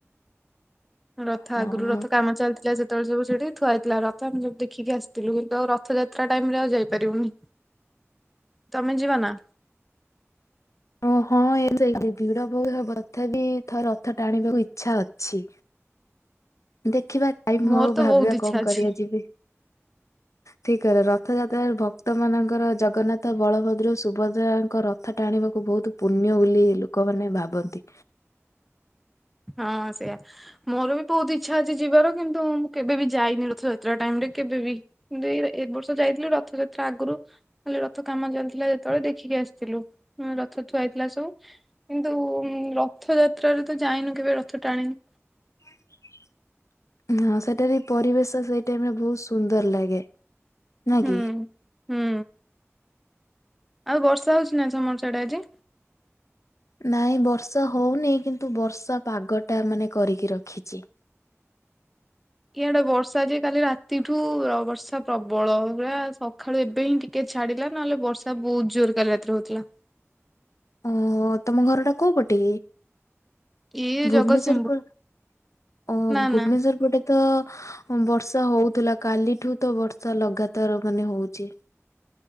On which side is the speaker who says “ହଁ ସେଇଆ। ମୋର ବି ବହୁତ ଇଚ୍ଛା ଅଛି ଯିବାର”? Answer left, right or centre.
Centre